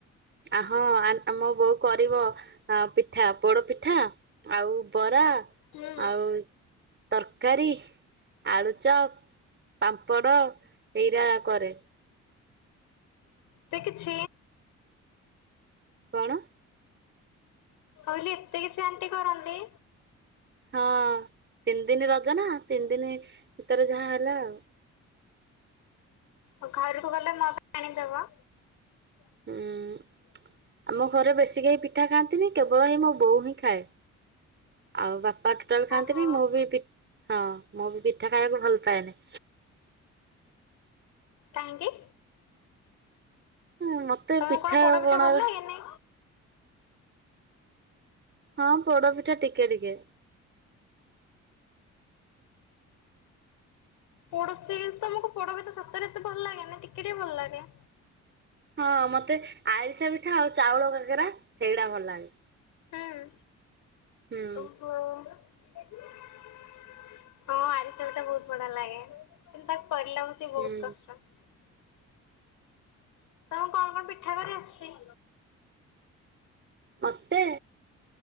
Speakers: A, on the right (about 40°); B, on the left (about 90°).
A: ଆ ହଁ ଆମ ବୋଉ କରିବ ପିଠା ପୋଡ ପିଠା ଆଉ ବରା
B: ହୁଁ।
A: ଆଉ ତରକାରୀ ଆଳୁଚପ ପାମ୍ପଡ଼ ଏଇରା କରେ।
B: ଏତେ କିଛ
A: କଣ।
B: କହିଲି ଏତେ କିଛି ଆଣ୍ଟି କରନ୍ତି।
A: ହଁ ତିନି ଦିନ ରଜନା ତିନି ଦିନ ଭିତରେ ଯାହା ହେଲା ଆଉ।
B: ଆଉ ଘରକୁ ଗଲେ ମୋ ପାଇଁ ଆଣିଦବ। <unintelligible>
A: ହୁଁ ଆମ ଘରେ ବେଶୀ କେହି ପିଠା ଖାଆନ୍ତିନି କେବଳ ଏଇ ମୋ ବୋଉ ହିଁ ଖାଏ। ଆଉ ବାପା ଟୋଟାଲ ଖାଆନ୍ତିନି
B: ଓହୋ
A: ମୁଁ ବି ପି ହଁ ମୁଁ ବି ପିଠା ଖାଇବାକୁ ଭଲ ପାଏନି।
B: କାହିଁକି?
A: ହୁଁ ମତେ
B: ତମକୁ
A: ପିଠା
B: କଣ ପୋଡପିଠା
A: ଆଉ ପଣା
B: ଭଲ ଲାଗେନି?
A: ହଁ ପୋଡପିଠା ଟିକେ ଟିକେ।
B: ପୋଡଶ୍ରୀ ତମକୁ ପୋଡା ପିଠା ସତରେ ଏତେ ଭଲ ଲାଗେ ନା ଟିକେ ଟକେ ଭଲ ଲାଗେ।
A: ହଁ ମତେ ଆରିସା ପିଠା ଆଉ ଚାଉଳ କାକେରା ସେଇଗୁଡା ଭଲ ଲାଗେ।
B: ହୁଁ
A: ହୁଁ
B: ଓହୋ। ହଁ ଆରିସାପିଠା ବହୁତ ବଢିଆ ଲାଗେ। କିନ୍ତୁ ତାକୁ କରିଲା ବେ ବହୁତ
A: ହୁଁ
B: କଷ୍ଟ। ତମକୁ କଣ କଣ ପିଠା କରି ଆସିଛି?
A: ମତେ